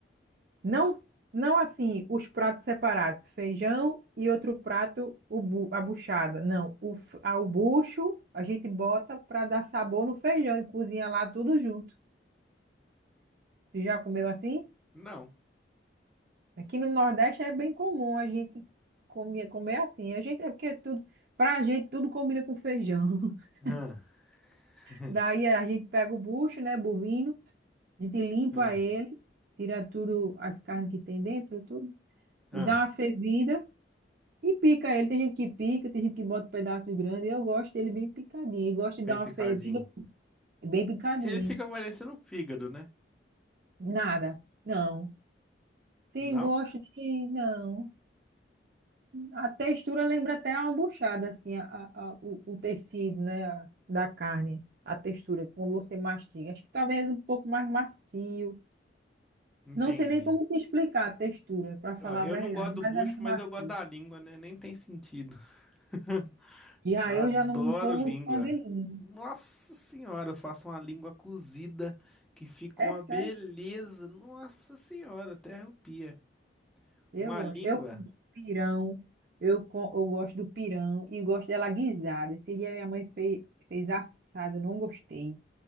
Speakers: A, on the right; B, in the centre.
A: Não, não assim, os pratos separados, feijão e outro prato, o bu- a buchada. Não, o, f- a- o bucho a gente bota para dar sabor no feijão e cozinha lá tudo junto. Tu já comeu assim?
B: Não.
A: Aqui no Nordeste é bem comum a gente comer, comer assim. A gente é porque tudo, pra gente tudo combina com feijão. <laughs>
B: Ah, <laughs>
A: Daí a gente pega o bucho, né, bovino, a gente limpa
B: ah,
A: ele, tira tudo as carnes que tem dentro, tudo
B: ah,
A: e dá uma fervida. E pica ele, tem gente que pica, tem gente que bota pedaço grande. Eu gosto dele bem picadinho. Eu gosto de
B: bem
A: dar
B: picadinho.
A: uma fervida bem picadinho.
B: Ele fica parecendo fígado, né?
A: Nada. Não. Tem
B: Não?
A: gosto de. Não. A textura lembra até a albuchada, assim, a, a- a- o, o tecido, né? a- da carne. A textura, quando você mastiga. Acho que talvez um pouco mais macio.
B: Entendi.
A: Não sei nem como te explicar a textura, para falar
B: Ó, eu
A: a verdade,
B: não gosto do
A: mas
B: bucho,
A: é bem
B: mas
A: macio.
B: eu gosto da língua, né? Nem tem sentido. <laughs>
A: Já
B: Adoro
A: eu já não sou muito
B: língua.
A: fã de língua.
B: Nossa senhora, eu faço uma língua cozida que fica
A: É
B: uma beleza.
A: sério.
B: Nossa senhora, até arrepia.
A: Eu
B: Uma
A: gosto.
B: língua,
A: Eu como pirão. Eu, co- eu gosto do pirão e gosto dela guisada. Esse dia minha mãe fez, fez assada, eu não gostei.